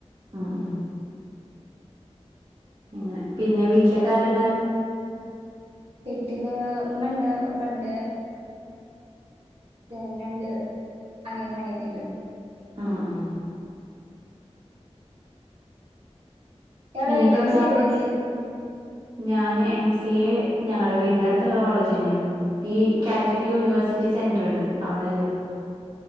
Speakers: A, on the right; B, on the right.
A: അം ങ്ങ പിന്നെ വീട്ടിലൊക്കെ ആരള്ള
B: വീട്ടില് ഉമ്മണ്ട് ഉപ്പ ഇണ്ട് തന്നണ്ട് അനിയൻ അനിയത്തിയുണ്ട്
A: ആ ആ
B: ഇയാള്
A: ഇനിപ്പ
B: എം
A: എ പ്ലാഫോട്ട്
B: സി എവിടെയാ ചെയ്തേ
A: ഞാന് എം സി എ ഞങ്ങളുടെ വീടിന്റെ അടുത്തുള്ള കോളേജ് തന്നെയാ ഈ
B: ആഹ്
A: കാലിക്കറ്റ് യൂണിവേഴ്സിറ്റി സെന്റർുണ്ട് അവിടെ ചെയ്താ